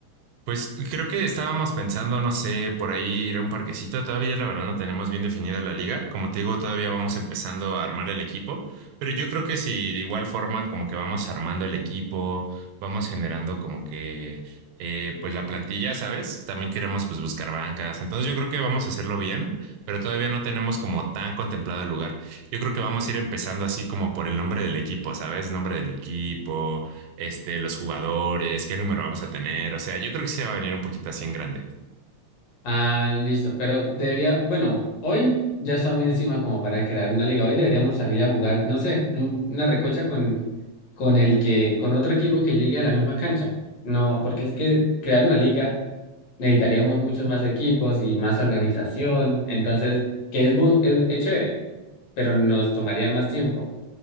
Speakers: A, on the right; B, on the left.
A: Pues creo que estábamos pensando, no sé, por ahí ir a un parquecito. Todavía la verdad no tenemos bien definida la liga. Como te digo, todavía vamos empezando a armar el equipo, pero yo creo que si de igual forma como que vamos armando el equipo, vamos generando como que eh, pues la plantilla, ¿sabes? También queremos pues buscar bancas. Entonces yo creo que vamos a hacerlo bien, pero todavía no tenemos como tan contemplado el lugar. Yo creo que vamos a ir empezando así como por el nombre del equipo, ¿sabes? Nombre del equipo este, los jugadores, qué número vamos a tener. O sea, yo creo que se va a venir un poquito así en grande.
B: Ah, listo, pero debería, bueno, hoy ya está muy encima como para crear una liga. Hoy deberíamos salir a jugar, no sé, un- una recocha con, con el que, con otro equipo que llegue a la misma cancha. No, porque es que crear una liga necesitaríamos muchos más equipos y más organización. Entonces, que es, bu- es, es chévere, pero nos tomaría más tiempo.